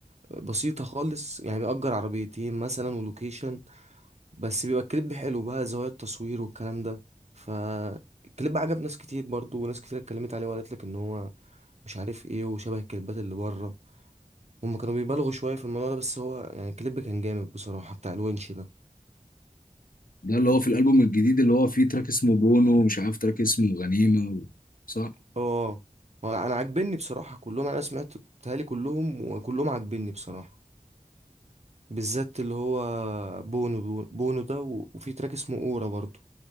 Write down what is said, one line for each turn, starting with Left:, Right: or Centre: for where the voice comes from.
Right: بسيطة خالص يعني بيأجر عربيتين مثلا ولوكيشن بس بيبقى الكليب حلو بقى زوايا التصوير والكلام ده فالكليب عجب ناس كتير برضو وناس كتير اتكلمت عليه وقالت لك ان هو مش عارف ايه وشبه الكليبات اللي بره هما كانوا بيبالغوا شوية في الموضوع ده بس هو يعني الكليب كان جامد بصراحة بتاع الونش ده
Left: ده اللي هو في الالبوم الجديد اللي هو فيه تراك اسمه بونو ومش عارف تراك اسمه غنيمه و... صح
Right: اه وانا انا عاجبني بصراحة كلهم انا سمعت بتهيألي كلهم وكلهم عاجبني بصراحة بالذات اللي هو بونو بونو ده و- وفي تراك اسمه اورا برضو